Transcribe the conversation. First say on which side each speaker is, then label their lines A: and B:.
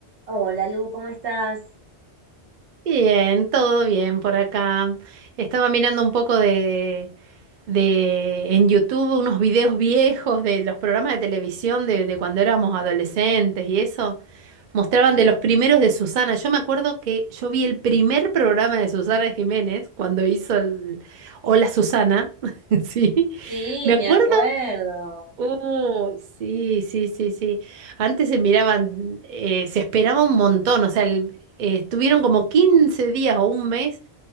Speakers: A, on the right; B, on the right.
A: Hola Lu, ¿cómo estás?
B: Bien, todo bien por acá. Estaba mirando un poco de, de en YouTube unos videos viejos de los programas de televisión de, de cuando éramos adolescentes y eso. Mostraban de los primeros de Susana. Yo me acuerdo que yo vi el primer programa de Susana Jiménez cuando hizo el Hola Susana. <laughs> Sí.
A: Sí,
B: Me acuerdo
A: me acuerdo.
B: Oh, sí, sí, sí, sí. Antes se miraban, eh, se esperaba un montón, o sea, el- eh, estuvieron como 15 días o un mes